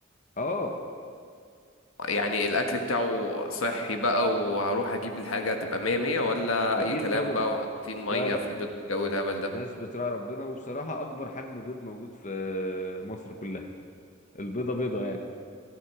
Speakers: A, on the left (about 40°); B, on the left (about 80°).
A: اه
B: يعني الاكل بتاعه صحي بقى وهروح اجيب الحاجة هتبقى مية مية ولا
A: اكيد
B: اي كلام
A: طبعا
B: بقى وحاطين
A: لا
B: مية
A: لا
B: في البيض والجو الهبل ده
A: ناس بتراعي ربنا وبصراحة اكبر حجم بيض موجود في مصر كلها البيضة بيضة يعني